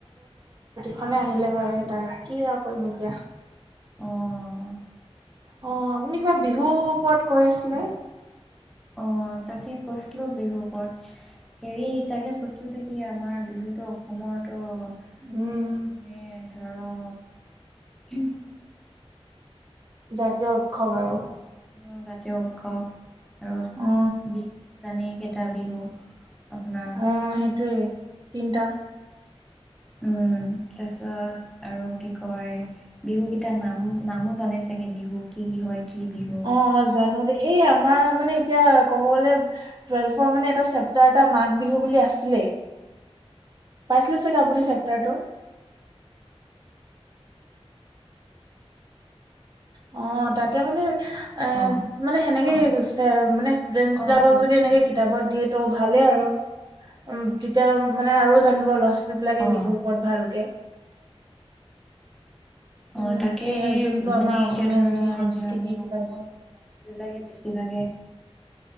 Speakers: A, on the right (about 45°); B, in the centre.
A: খনে আহিলে হয় তাকে কি আৰু কৰিম এতিয়া
B: অ
A: অ আপুনি কিবা বিহুৰ ওপৰত কৈ আছিলে
B: অ তাকেই কৈছিলো বিহুৰ ওপৰত হেৰি তাকে কৈছিলো যে কি আমাৰ বিহুটো অসমৰ তো মানে
A: উম
B: ধৰক ওমহ
A: জাতীয় উৎসৱ আৰু
B: অ জাতীয় উৎসৱ আৰু
A: অ
B: বি জানেই কেইটা বিহু আপোনাৰ
A: অ সেইটোৱে তিনটা
B: উম তাৰপিছত আৰু কি কয় বিহু কেইটা নাম নামো জানে চাগে বিহু কি কি হয় কি বিহু
A: অ অ জানো দেই এই আমাৰ মানে এতিয়া কব গলে টুৱেলভৰ মানে এটা চেপ্ত তাত এটা মাঘ বিহু বুলি আছিলেই পাইছিলে চাগে আপুনি চেপ্তাৰটো অ তাতে মানে এ
B: অ',
A: মানে সেনেকে
B: অ',
A: মানে ষ্টুডেন্টচ
B: অ',
A: বিলাকক
B: পাইছিলোঁ
A: যদি
B: পাইছিলোঁ
A: এনেকে কিতাপত দিয়ে ত' ভালেই আৰু উ তেতিয়া মানে আৰু জানিব লষ্ট যি বিলাকে
B: অ'।
A: বিহুৰ ওপৰত ভালকে
B: অ
A: উম,
B: তাকে
A: যি
B: সেই-
A: যোনটো
B: মানে
A: আমাৰ অসমীয়া
B: এতিয়া ধৰা
A: যিখিনি সংস্কৃতি
B: এতিয়া আমাৰ
A: কিবা
B: অসমত
A: কিবি
B: মাছ বিলাকে বেছিভাগে